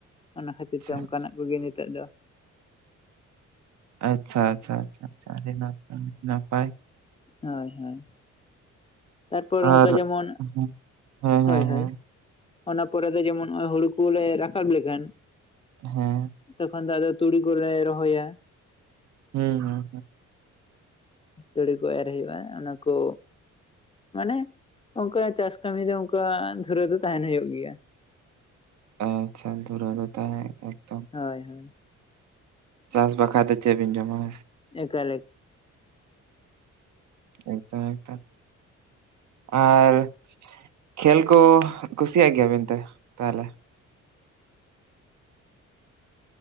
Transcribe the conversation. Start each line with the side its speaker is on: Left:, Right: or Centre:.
Left: ᱚᱱᱟ ᱠᱷᱟᱹᱛᱤᱨ ᱛᱮ
Right: ᱟᱪᱪᱷᱟ
Left: ᱚᱱᱠᱟᱱᱟᱜ ᱠᱚᱜᱮ ᱱᱤᱛᱚᱜ ᱫᱚ᱾
Right: ᱟᱪᱪᱷᱟ ᱟᱪᱪᱷᱟ ᱟᱪᱪᱷᱟ ᱟᱪᱪᱷᱟ, ᱟᱰᱤ ᱱᱟᱯᱟᱭ ᱱᱟᱯᱟᱭ᱾
Left: ᱦᱳᱭ ᱦᱳᱭ, ᱛᱟᱨᱯᱚᱨ ᱚᱱᱠᱟ
Right: ᱟᱨ
Left: ᱡᱮᱢᱚᱱ
Right: ᱦᱮᱸ ᱦᱮᱸ ᱦᱮᱸ
Left: ᱦᱳᱭ ᱦᱳᱭ
Right: ᱦᱮᱸ
Left: ᱚᱱᱟ ᱯᱚᱨᱮ ᱨᱮ ᱡᱮᱢᱚᱱ ᱦᱚᱸᱜᱼᱚᱭ ᱦᱩᱲᱩ ᱠᱚᱞᱮ ᱨᱟᱠᱟᱵ ᱞᱮᱠᱷᱟᱱ
Right: ᱦᱮᱸ
Left: ᱛᱚᱠᱷᱚᱱ ᱫᱚ ᱟᱫᱚ ᱛᱩᱲᱤ ᱠᱚᱞᱮ ᱨᱚᱦᱚᱭᱟ᱾
Right: ᱦᱮᱸ ᱦᱩᱸ ᱦᱩᱸ
Left: ᱛᱩᱲᱤ ᱠᱚ ᱮᱨ ᱦᱩᱭᱩᱜᱼᱟ ᱚᱱᱟ ᱠᱚ ᱢᱟᱱᱮ ᱚᱝᱠᱟ ᱪᱟᱥ ᱠᱟᱹᱢᱤ ᱫᱚ ᱚᱝᱠᱟ ᱫᱷᱩᱨᱟᱹ ᱫᱚ ᱛᱟᱦᱮᱸᱱ ᱦᱩᱭᱩᱜ ᱜᱮᱭᱟ᱾
Right: ᱟᱪᱪᱷᱟ ᱫᱩᱨᱟᱹᱣ ᱫᱚ ᱛᱟᱸᱦᱮ ᱮᱠᱫᱚᱢ᱾
Left: ᱦᱳᱭ ᱦᱳᱭ,
Right: ᱪᱟᱥ ᱵᱟᱠᱷᱟᱭ ᱫᱚ ᱪᱮᱜ ᱵᱤᱱ ᱡᱚᱢᱟ ᱦᱮᱸ ᱥᱮ
Left: ᱮᱠᱟᱞ ᱮᱠ
Right: ᱮᱠᱫᱚᱢ ᱮᱠᱫᱚᱢ, ᱟᱨ ᱠᱷᱮᱞ ᱠᱚ ᱠᱩᱥᱤᱭᱟᱜ ᱜᱮᱭᱟᱵᱤᱱ ᱛᱚ ᱦᱮ ᱵᱟᱝ <unintelligible>